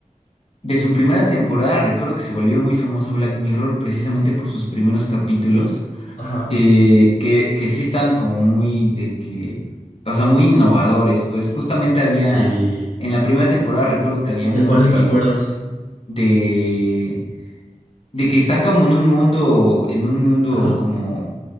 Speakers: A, on the left; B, on the left.
A: de su primera temporada, recuerdo que se volvió muy famoso Black Mirror precisamente por sus primeros capítulos,
B: Ajá.
A: eh, que, que sí estaban como muy de que, o sea, muy innovadores. Pues justamente había,
B: Sí.
A: en la primera temporada recuerdo que había
B: ¿De
A: uno
B: cuáles
A: de,
B: te acuerdas?
A: de de que están como en un mundo, en un mundo
B: Ajá.
A: como,